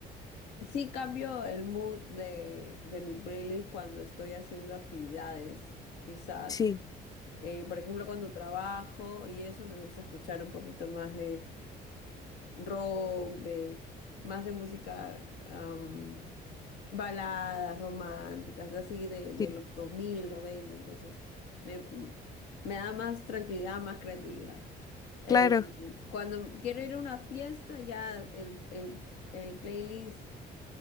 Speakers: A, on the left (about 80°); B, on the left (about 20°).
A: Sí cambio el mood de, de mi playlist cuando estoy haciendo actividades, quizás.
B: Sí,
A: Eh, por ejemplo, cuando trabajo y eso me gusta escuchar un poquito más rock, de más de música am, baladas románticas, de así de, de
B: sí,
A: los 2000 noventa entonces me, me da más tranquilidad, más creatividad. Eh,
B: claro.
A: cuando quiero ir a una fiesta, ya el, el- el playlist